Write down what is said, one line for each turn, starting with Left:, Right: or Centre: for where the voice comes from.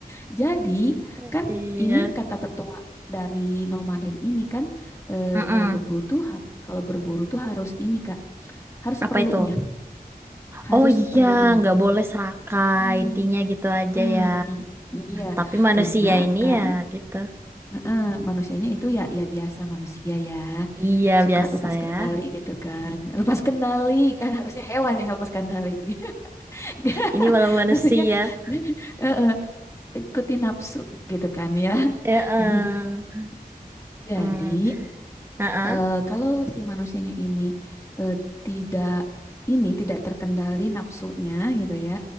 Left: Jadi,
Right: <laughs>
Left: kan
Right: Iya.
Left: ini kata tetua dari nomaden ini kan eh,
Right: Mm-mm.
Left: kalau berburu tuh har- kalau berburu tuh harus ini Kak, harus seperlunya,
Right: Apa itu?
Left: harus
Right: Oh iya,
Left: seperlunya.
Right: nggak boleh serakah.
Left: Hmm.
Right: Intinya gitu aja
Left: mm,
Right: ya.
Left: Iya,
Right: Tapi manusia
Left: karena
Right: ini
Left: akan
Right: ya gitu.
Left: eh, manusianya itu ya ya biasa manusia ya
Right: Iya
Left: suka
Right: biasa
Left: lepas
Right: ya.
Left: kendali gitu kan. Lepas kendali kan harusnya hewan yang lepas kendali. <laughs> <laughs>
Right: Ini malah manusia.
Left: Maksudnya <laughs> eh, eh, ikuti nafsu gitu kan ya. <laughs>
Right: Eh, eh.
Left: Gitu. Jadi
Right: Hmm. eh, eh.
Left: eh, kalau si manusianya ini eh, tidak ini tidak terkendali nafsunya gitu ya.